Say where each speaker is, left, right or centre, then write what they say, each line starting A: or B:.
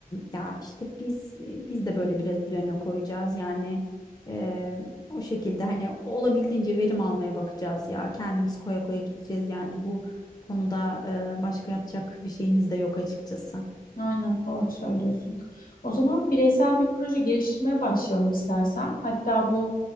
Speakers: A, on the left; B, on the left.
A: ya işte biz biz de böyle biraz üzerine koyacağız. Yani e, o şekilde hani olabildiğince verim almaya bakacağız ya. Kendimiz koya koya gideceğiz yani bu konuda e, başka yapacak bir şeyimiz de yok açıkçası.
B: Aynen doğru söylüyorsun. O zaman bireysel bir proje geliştirmeye başlayalım istersen. Hatta bu